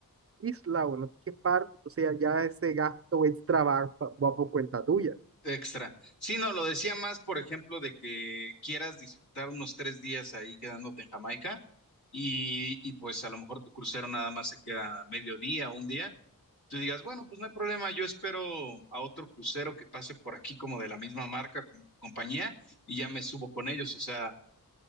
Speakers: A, on the right; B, on the left.
A: isla o no sé qué parte, o sea ya ese gasto extra va, pa- va por cuenta tuya.
B: extra? Sí, no, lo decía más, por ejemplo, de que quieras disfrutar unos tres días ahí quedándote en Jamaica y, y pues a lo mejor tu crucero nada más se queda medio día, un día. Tú digas, bueno, pues no hay problema, yo espero a otro crucero que pase por aquí como de la misma marca, con compañía, y ya me subo con ellos. O sea,